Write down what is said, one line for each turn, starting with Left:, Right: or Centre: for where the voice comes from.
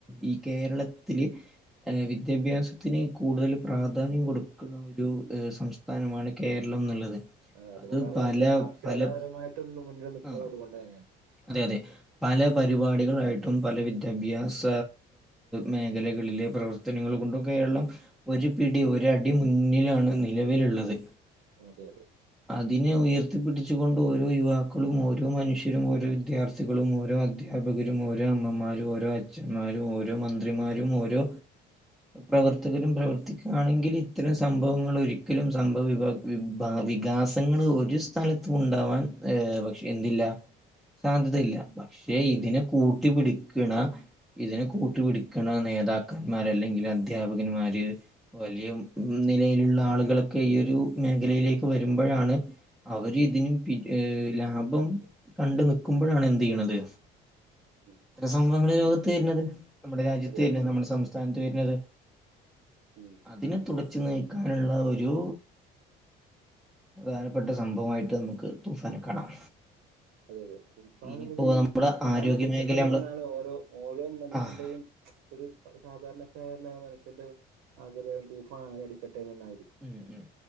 Centre: ഈ കേരളത്തില് വിദ്യാഭ്യാസത്തിന് കൂടുതൽ പ്രാധാന്യം കൊടുക്കണം. ഒരു സംസ്ഥാനമാണ് കേരളം എന്നുള്ളത്
Right: ആ അതുകൊണ്ടാണ്
Centre: അത് പല
Right: നമ്മള് സാക്ഷരതാപരമായിട്ടും
Centre: പല
Right: മുന്നിൽ നിൽക്കുന്നത്
Centre: ആഹ്
Right: അതുകൊണ്ട് തന്നെയാണ്.
Centre: അതെ അതെ പല പരിപാടികളായിട്ടും പല വിദ്യാഭ്യാസ മേഖലകളിലെ പ്രവർ- പർത്തനങ്ങൾ കൊണ്ടും കേരളം ഒരു പിടി ഒരടി മുന്നിലാണ് നിലവിലുള്ളത്
Right: അതെ അതെ
Centre: അതിനെ ഉയർത്തിപ്പിടിച്ചു കൊണ്ട് ഓരോ യുവാക്കളും ഓരോ മനുഷ്യരും ഓരോ വിദ്യാർത്ഥി വകളും ഓരോ അധ്യാപകരും, ഓരോ അമ്മമാരും, ഓരോ അച്ഛന്മാരും, ഓരോ മന്ത്രിമാരും, ഓരോ
Right: <inaudible>
Centre: പ്രവർത്തകരും പ്രവർത്തിക്കണെങ്കിൽ ഇത്തരം സംഭവങ്ങൾ ഒരിക്കലും സംഭവ വിഭ വിഭാ വികാസങ്ങള ഒരു സ്ഥലത്തും ഉണ്ടാവാൻ പക്ഷെ എന്തില്ല സാധ്യതയില്ല ക്ഷെ
Right: അതെ
Centre: ഇതിനെ
Right: അതെ
Centre: കൂട്ടിപിടിക്കണ ഇതിനെ കൂട്ടുപിടിക്കണ നേതാക്കന്മാർ അല്ലെങ്കിൽ അധ്യാപകന്മാര് വലിയ നിലയിലുള്ള ആളുകളൊക്കെ ഈ ഒരു മേഖലയിലേക്ക് വരുമ്പഴാണ് അവരിതിന് പി ലാഭം കണ്ട് നിക്കുമ്പോഴാണ് എന്ത് ചെയ്യണത്
Right: ഉം.
Centre: ഇത്ര സംഭവങ്ങള് ലോകത്ത് വരുന്നത് നമ്മുടെ രാജ്യത്ത്
Right: അതെ
Centre: വരുന്നത്
Right: അതെ
Centre: നമ്മുടെ സംസ്ഥാനത്ത് വരുന്നത്
Right: ഉം. ഉം.
Centre: അ തിനെ തുടച്ചു നീക്കാനുള്ള ഒരു പ്രധാനപ്പെട്ട സംഭവമായിട്ട് നമുക്ക് തൂഫാനെ കാണാം
Right: അതെ അതെ തൂഫാൻ
Centre: ഇനിയിപ്പോ
Right: എന്നുള്ളത്
Centre: നമ്മുടെ ആരോഗ്യ
Right: ആഞ്ഞടിക്കട്ടെ
Centre: മേഖല നമ്മള്
Right: എന്നാണ് ഓരോ ഓരോ മനുഷ്യന്റെയും
Centre: ആഹ്
Right: ഒരു സാധാരണക്കാരായ മനുഷ്യന്റെ ആഗ്രഹം തൂഫാനഞ്ഞാടിക്കട്ടെന്നന്നെ ആയിരിക്കും
Centre: ഉം ഉം